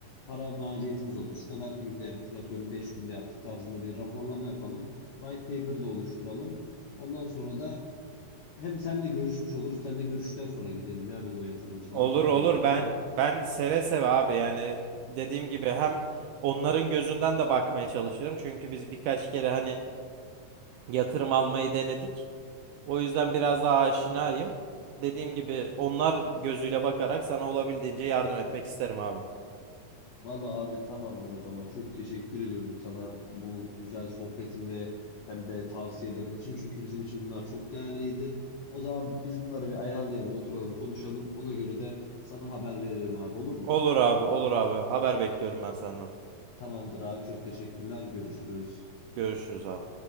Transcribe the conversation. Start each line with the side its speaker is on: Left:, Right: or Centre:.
Left: para maliyetimiz oldu. Şu kadar günde yaptık. Atıyorum 5 günde yaptık tarzında bir raporlama yapalım. White paper'ı da oluşturalım. Ondan sonra da hem senle görüşmüş oluruz. Sen de görüşten sonra gidelim ya biz o yatırımcılara
Right: Olur
Left: daha
Right: olur
Left: iyi olur değil
Right: ben
Left: mi?
Right: ben seve seve abi yani dediğim gibi hem onların gözünden de bakmaya çalışırım. Çünkü biz birkaç kere hani yatırım almayı denedik. O yüzden biraz daha aşinayım. Dediğim gibi onlar gözüyle bakarak sana olabildiğince yardım etmek isterim abi.
Left: Vallahi abi tamamdır o zaman. Çok teşekkür ediyorum sana bu güzel sohbetin ve hem de tavsiyelerin için. Çünkü bizim için bunlar çok değerliydi. O zaman biz bunları bir ayarlayalım, oturalım, konuşalım. Ona göre de sana haber veririm abi olur mu?
Right: Olur abi, olur abi. Haber bekliyorum ben senden.
Left: Tamamdır abi çok teşekkürler. Görüşürüz.
Right: Görüşürüz abi.